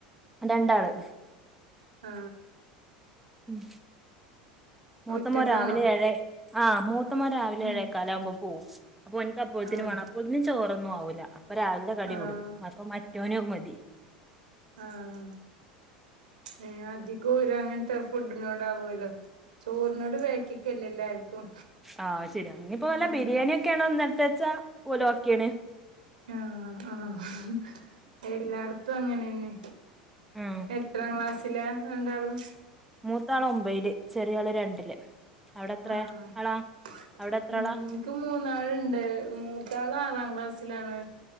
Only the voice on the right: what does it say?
ആ
ഒറ്റക്കാണോ
ഉം
ആഹ്
ആഹ്
ആഹ അധികോരങ്ങനത്തെ ഫുഡിനോടാവോല്ലോ? ചോറിനോട് വേക്കിക്കല്ലേ എല്ലാർക്കും.
ഉം
ആ ആഎല്ലായിടത്തും അങ്ങനെന്നെ.
എത്ര ക്ലാസ്സില രണ്ടാളും.
ആഇൻക്ക്
മൂന്നാള്ണ്ട് മൂത്താൾ ആറാം ക്ലാസ്സിലാണ്